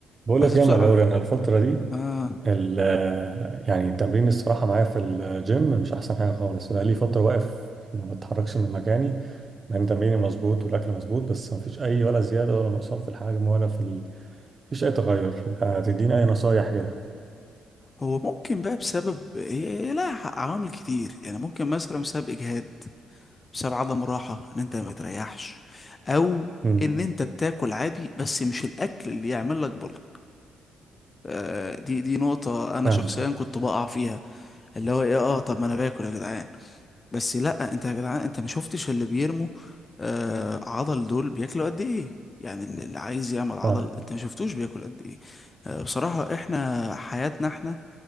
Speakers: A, on the right (about 35°); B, on the left (about 30°).
A: بقول
B: بس
A: لك إيه
B: بصراحة
A: يا مغاوري انا الفتره دي
B: آه
A: ال- يعني التمرين الصراحه معايا في الجيم مش احسن حاجه خالص بقى لي فتره واقف ما بتحركش من مكاني مع ان تمريني مظبوط والاكل مظبوط بس ما فيش اي ولا زياده ولا نقصان في الحجم ولا في ال... فيش اي تغير هتديني اي نصايح كده
B: هو ممكن بقى بسبب هي هي لها ح- عوامل كتير يعني ممكن مثلا بسبب إجهاد بسبب عدم راحة إن أنت ما بتريحش أو
A: امم
B: إن أنت بتاكل عادي بس مش الأكل اللي يعمل لك بلك آه دي دي نقطة أنا
A: فاهم
B: شخصيا كنت بقع فيها اللي هو إيه آه طب ما أنا باكل يا جدعان بس لأ أنت يا جدعان أنت ما شفتش اللي بيرموا آه عضل دول بياكلوا قد إيه يعني اللي اللي عايز يعمل عضل
A: صح
B: أنت ما شفتوش بياكل قد إيه آه بصراحة إحنا حياتنا إحنا